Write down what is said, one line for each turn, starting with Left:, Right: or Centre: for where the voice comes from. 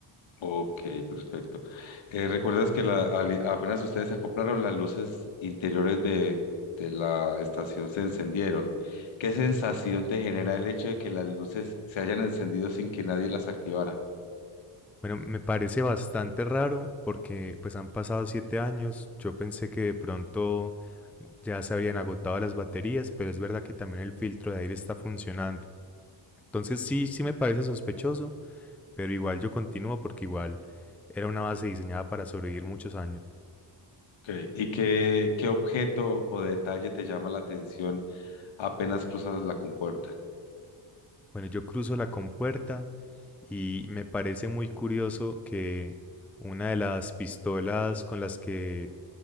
Left: Ok, perfecto. Eh, ¿recuerdas que la- ali- apenas ustedes se acoplaron, las luces interiores de, de la estación se encendieron? ¿Qué sensación te genera el hecho de que las luces se hayan encendido sin que nadie las activara?
Centre: Bueno, me parece bastante raro porque pues han pasado siete años. Yo pensé que de pronto ya se habrían agotado las baterías, pero es verdad que también el filtro de aire está funcionando. Entonces sí, sí me parece sospechoso, pero igual yo continúo porque igual era una base diseñada para sobrevivir muchos años.
Left: Ok. ¿Y qué, qué objeto o detalle te llama la atención apenas cruzas la compuerta?
Centre: Bueno, yo cruzo la compuerta y me parece muy curioso que una de las pistolas con las que